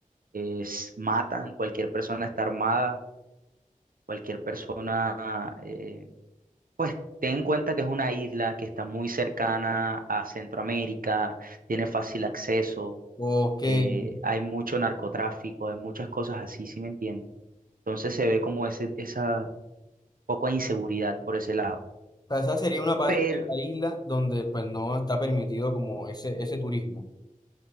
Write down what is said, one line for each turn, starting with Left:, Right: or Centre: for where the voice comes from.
Right: eh, s- matan, cualquier persona está armada, cualquier persona, eh, pues ten en cuenta que es una isla que está muy cercana a Centroamérica, tiene fácil acceso.
Left: Ok, o
Right: eh, hay mucho narcotráfico, hay muchas cosas así, ¿sí me entiendes? Entonces se ve como ese, esa poco de inseguridad por ese lado.
Left: sea, esa sería una parte
Right: Pero
Left: de la isla donde pues no está permitido como ese, ese turismo.